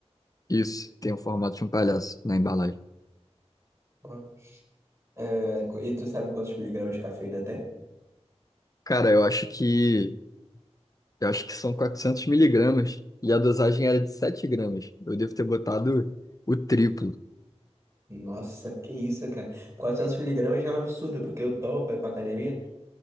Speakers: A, on the left; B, on the right.
A: Isso, tem o formato de um palhaço na embalagem.
B: Ó. É, e tu sabe quantos miligramas de cafeína tem?
A: Cara, eu acho que eu acho que são 400 miligramas e a dosagem era de 7 gramas. Eu devo ter botado o triplo.
B: Nossa, que isso, cara. 400 miligramas já é um absurdo, porque eu tomo pra ir pra academia.